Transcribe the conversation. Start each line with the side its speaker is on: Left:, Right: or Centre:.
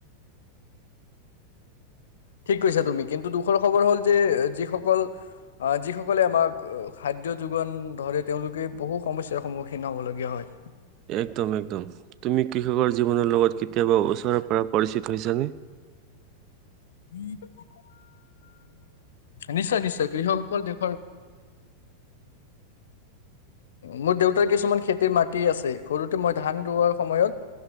Left: ঠিক কৈছা তুমি দুখৰ খবৰ হ'ল যে যিসকল অ যিসকলে আমাক খাদ্য যোগান ধৰে তেওঁলোকে বহু সমস্যা সন্মুখীন হ'বলগীয়া হয়।
Right: একদম একদম তুমি কৃষকৰ জীৱনৰ লগত কেতিয়াবা ওচৰেৰ পৰা পৰিচিত হৈছা নে?
Left: <inaudible> উম নিশ্চয় নিশ্চয় কৃষকসকল <unintelligible> অ মোৰ দেউতাৰ কিছুমান খেতিৰ মাটি আছে ঘৰতে মই ধান ৰুৱাৰ সময়ত।